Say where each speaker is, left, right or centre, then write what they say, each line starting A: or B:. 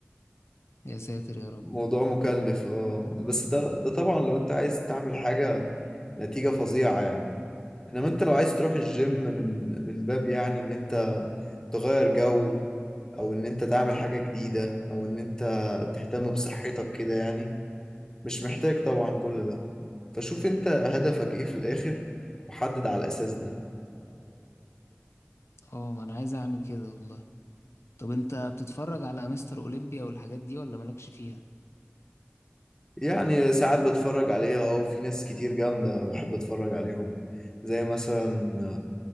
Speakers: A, on the left (about 85°); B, on the left (about 15°).
A: يا ساتر يا رب
B: موضوع مكلف اه بس ده ده طبعا لو انت عايز تعمل حاجة نتيجة فظيعة يعني انما انت لو عايز تروح الجيم من من باب يعني ان انت تغير جو او ان انت تعمل حاجة جديدة او ان انت تهتم بصحتك كده يعني مش محتاج طبعا كل ده فشوف انت هدفك ايه في الآخر وحدد على الأساس ده
A: آه ما أنا عايز أعمل كده والله طب أنت بتتفرج على مستر أولمبيا والحاجات دي ولا مالكش فيها؟
B: يعني ساعات بتفرج عليها اه وفي ناس كتير جامدة بحب اتفرج عليهم زي مثلا